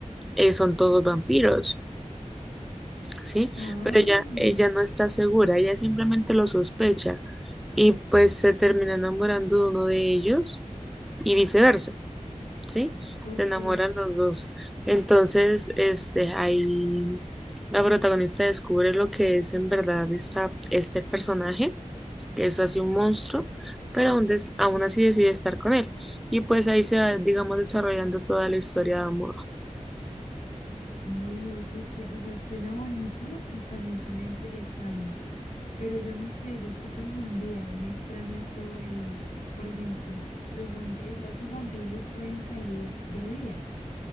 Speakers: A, in the centre; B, on the left.
A: eh, son todos vampiros, ¿sí?
B: Ay,
A: Pero ella, ella no está segura, ella simplemente lo sospecha y pues se termina enamorando de uno de ellos y viceversa. ¿sí?
B: ok.
A: Se enamoran los dos. Entonces, este, ahí la protagonista descubre lo que es en verdad esta, este personaje, que es así un monstruo, pero aún, des- aún así decide estar con él. Y pues ahí se va, digamos, desarrollando toda la historia de amor.
B: Ay, oye, que, o sea, suena bonito y también suena interesante, pero yo no sé, yo estoy confundida, me extraño esto del, por ejemplo, los vampiros, o sea, esos vampiros pueden salir de día,